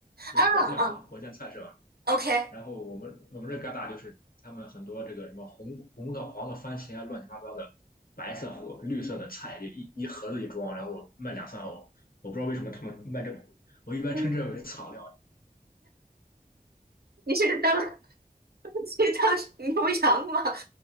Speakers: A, on the left; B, on the right.
A: 就是火箭嘛，
B: 啊啊
A: 火箭菜是吧？
B: ，OK，
A: 然后我们我们这旮沓就是他们很多这个什么红红的、黄的番茄啊，乱七八糟的，白色和绿色的菜，一一一盒子一装，然后卖两三欧，我不知道为什么他们卖这么贵，我一般称之为草料。
B: 嗯，你是当 <laughs> 去当牛羊吗？